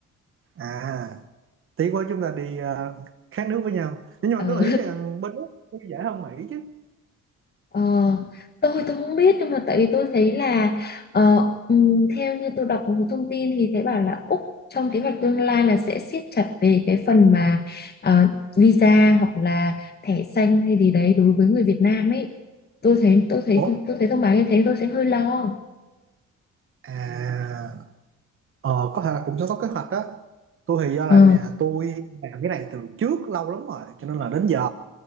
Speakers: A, on the right; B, on the left.
A: ờ, à tỷ của chúng ta đi ờ, khác nước với nhau nhưng mà
B: Ờ
A: tôi nghĩ là bên Úc cũng dễ hơn Mỹ chứ
B: Ờ, tôi tôi không biết nhưng mà tại vì tôi thấy là ờ, ừm, theo như tôi đọc một số thông tin thì thấy bảo là Úc trong kế hoạch tương lai là sẽ siết chặt về cái phần mà ờ, visa hoặc là thẻ xanh hay gì đấy đối với người Việt Nam ấy tôi thấy tôi thấy
A: ủa
B: tôi thấy thông báo như thế tôi sẽ hơi lo
A: à ờ, có thể là cũng sẽ có kế hoạch đó tôi thì do là
B: ờ
A: nhà tôi làm cái này từ trước lâu lắm rồi cho nên là đến giờ